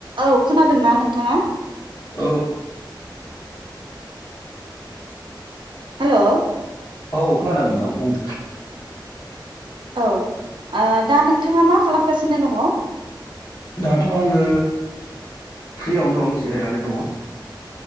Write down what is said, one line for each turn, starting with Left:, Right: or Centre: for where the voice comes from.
Right: औ खोनादोंना नोंथाङा
Left: औ
Right: हेलौ,
Left: औ खोनादों नोंथां बुं
Right: औ दा नोंथाङा मा खालामगासिनो दङ -
Left: दाथ' आङो फ्रियावनो दं जिरायनानै दङ